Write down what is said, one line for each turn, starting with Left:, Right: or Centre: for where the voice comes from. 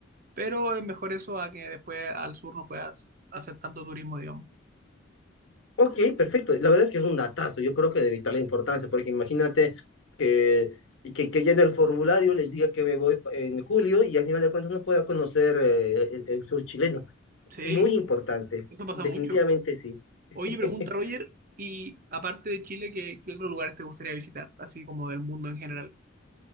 Right: pero es mejor eso a que después al sur no puedas hacer tanto turismo, digamos.
Left: Ok, perfecto. La verdad es que es un datazo. Yo creo que de vital importancia, porque imagínate que, y que, que ya en el formulario les diga que me voy pa- en julio y al final de cuentas no pueda conocer eh, el, el sur chileno.
Right: Sí,
Left: Muy importante.
Right: eso pasa
Left: Definitivamente
Right: mucho.
Left: sí. <laughs>
Right: Oye, pregunta Roger, y aparte de Chile, ¿qué, qué otros lugares te gustaría visitar? Así como del mundo en general.